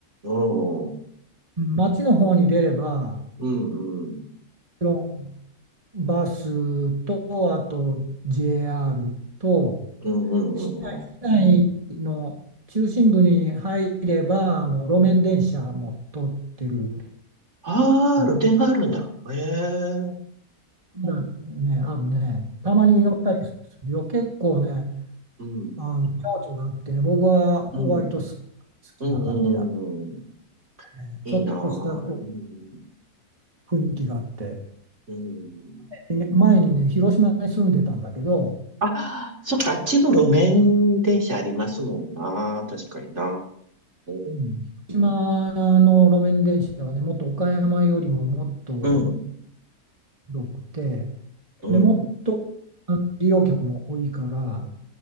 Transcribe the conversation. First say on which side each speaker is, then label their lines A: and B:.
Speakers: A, on the right; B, on the right.
A: ん、うん、
B: 町の方に出れば、も
A: うん、うん、
B: ちろんバスと、あと JR と、
A: うん、
B: 市内、
A: うん。
B: 市内の中心部に入れば、あの路面電車も通ってる
A: ああ、
B: から、
A: 露店があるんだ。ええ
B: まだね、あるね。たまに乗ったりするよ。結構ね、
A: うん、うん、
B: あの情緒があってね、僕は割と好き、
A: うん、
B: 好きな感じだ
A: うん、うん。
B: ね。
A: いいなあ。
B: ちょっとした
A: うん、
B: 雰囲気があって。
A: うん。
B: ね前にね、広島に住んでたんだけど、
A: あ、そっか、あっちも路面電車ありますもんな。確かにな。うん、
B: うん。広島の路面電車はね、もっと岡山よりももっと
A: うん、
B: 広くて、
A: うん。
B: で、もっとあの利用客も多いから、